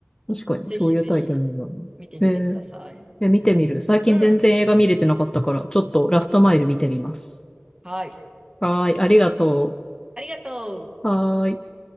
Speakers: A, on the left; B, on the right.
A: 確かにそういうタイトルなんだもんね。
B: ぜひぜひ、見てみてください。
A: ええ、え見てみる。最近全然映画見れてなかったから、
B: うん。
A: ちょっとラストマイル見てみます。
B: はい。
A: はーい、ありがと
B: ありがとう。
A: う。はーい。